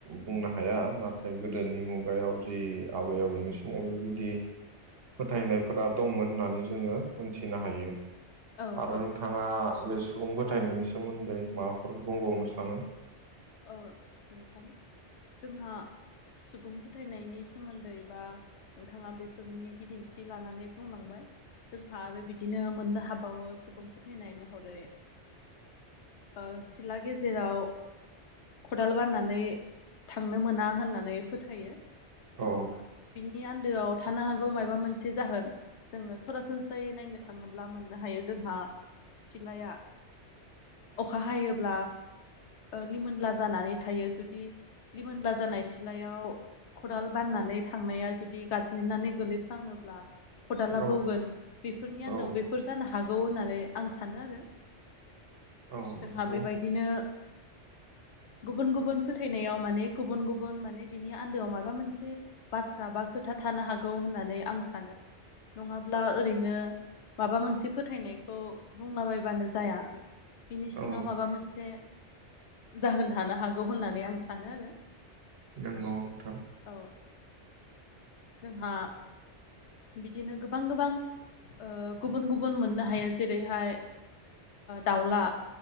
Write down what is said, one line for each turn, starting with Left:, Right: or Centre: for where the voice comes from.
Right: बुंनो हाया नाथ थाय गोदोनि मुगायाव जि आबै आबौनि समाव बेबायदि फोथायनायफोरा दंमोन होननानै जोङो मोनथिनो हायो।
Left: औ
Right: आरो नोंथाङा बे सुबुं फोथायनायनि सोमोन्दै माबाफोर बुंबावनो सानो।
Left: औ नोंथां जोंहा सुबुं फोथायनायनि सोमोन्दै बा नोंथाङा बेफोरनि बिदिन्थि लानानै बुंलांबाय जोंहा आरो बिदिनो मोननो हाबावो सुबुं फोथायनाय महरै ओ सिला गेजेराव खदाल बाननानै थांनो मोना होननानै फोथायो। ओ
Right: औ
Left: बिनि आन दोआव थानो हागौ मायबा मोनसे जाहोन जोङो सरासनस्रायै नायनो थाङोब्ला मोननो हायो जोंहा सिलाया अखा हायोब्ला लिमोनला जानानै थायो जुदि लिमोनला जानाय सिलायाव खदाल बाननानै थांनाया जुदि गाज्लिनानै गोलैफ्लाङोब्ला खदाला
Right: औ
Left: बौगोन बेफोरनि आन्दोआव
Right: औ
Left: बेफोर जानो हा हागौ होननानै आं सानो आरो
Right: औ नंगौ
Left: जोंहा बेबायदिनो गुबुन गुबुन फोथायनायाव माने गुबुन गुबुन माने बिनि आन्दोयाव माबा मोनसे बाथ्रा बा खोथा थानो हागौ होननानै आं सानो नङाब्ला ओरैनो माबा मोनसे फोथायनायखौ बुंलाबायबानो जाया। बिनि सिङाव
Right: औ
Left: माबा मोनसे जाहोन थानो हागौ होननानै आं सानो आरो
Right: नंगौ नोंथां
Left: औ जोंहा बिदिनो गोबां गोबां ओ गुबुन गुबुन मोननो हायो जेरैहाय दाउला